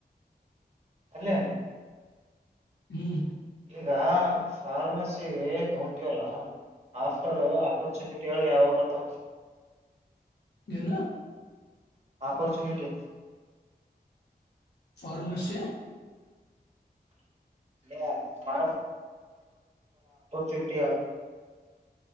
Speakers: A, on the right; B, on the left.
A: ಅಲ್ಲೇ
B: ಹ್ಮ್
A: ಟ್ರಾ ಫಾರ್ಮಸಿ ತಗೊಂತಿವಲ್ಲ ಆಫ್ಟರ್ ಅಪರ್ಚುನಿಟಿ ಗಳ್ ಯಾವಾವ್ಗೊತ್ತ.
B: ಏನು
A: ಆಪೋರ್ಚುನಿಟಿ
B: ಫಾರ್ಮಸ್
A: ಲ್ಲ ಚುಟ್ಟೆಯ